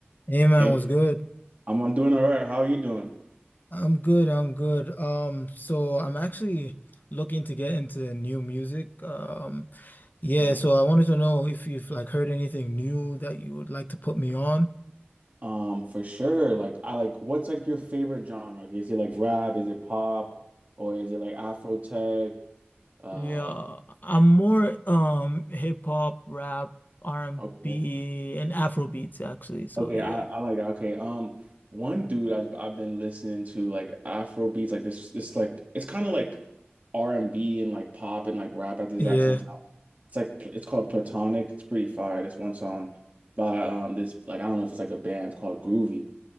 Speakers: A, on the left (about 45°); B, on the right (about 40°).
A: Hey man,
B: Hey,
A: was good?
B: I'm I'm doing all right. How are you doing?
A: I'm good, I'm good. Um, so I'm actually looking to get into new music. Um, yeah,
B: All right.
A: so I wanted to know if you've like heard anything new that you would like to put me on.
B: Um, for sure. Like I like what's like your favorite genre? Like, Is it like rap? Is it pop? Or is it like Afro tech? Uh,
A: Yeah, I'm more um hip hop, rap, R&B,
B: okay.
A: and B, and Afro beats actually. So
B: Okay,
A: yeah.
B: I, I like okay. Um, one dude I've I've been listening to like Afro beats, like this this like it's kind of like R and B and like pop and like rap at the exact
A: Yeah,
B: same time. It's like it's called Platonic. It's pretty fire. This one song by um this like I don't know if it's like a band. It's called Groovy.